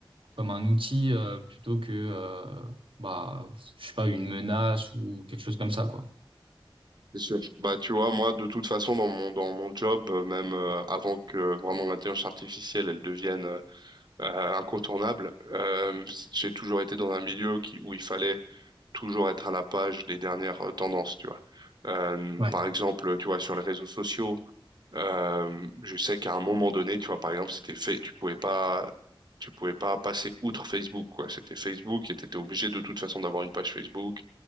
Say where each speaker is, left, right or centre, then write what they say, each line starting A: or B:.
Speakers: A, on the right; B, on the right.
A: comme un outil euh, plutôt que, euh, bah, je sais pas, une menace ou quelque chose comme ça, quoi.
B: Bien sûr. Bah, tu vois, moi, de toute façon, dans mon, dans mon job, euh, même euh, avant que euh, vraiment l'intelligence artificielle, elle devienne euh, euh, incontournable, euh, c- j'ai toujours été dans un milieu qui, où il fallait toujours être à la page des dernières euh, tendances, tu vois. Euh,
A: Ouais.
B: par exemple, tu vois, sur les réseaux sociaux, euh, je sais qu'à un moment donné, tu vois, par exemple, c'était fait, tu pouvais pas, tu pouvais pas passer outre Facebook, quoi. C'était Facebook et t'étais obligé de toute façon d'avoir une page Facebook